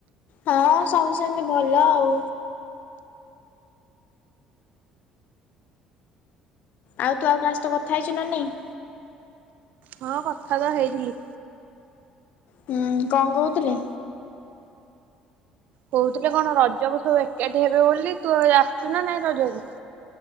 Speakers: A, on the left; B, on the right.
A: ହଁ ସବୁ ସେମିତି ଭଲ ଆଉ ଆଉ ତୁ ଆଉ କାହା ସହିତ କଥା ହେଇଛୁ ନା ନାଇଁ
B: ହଁ କଥା ତ ହେଇଥିଲି।
A: ହୁଁ କଣ କହୁଥିଲେ।
B: କହୁଥିଲେ କଣ ରଜକୁ ସବୁ ଏକାଠି ହେବେ ବୋଲି, ତୁ ଆସିଛୁ ନା ନାଇଁ ରଜକୁ?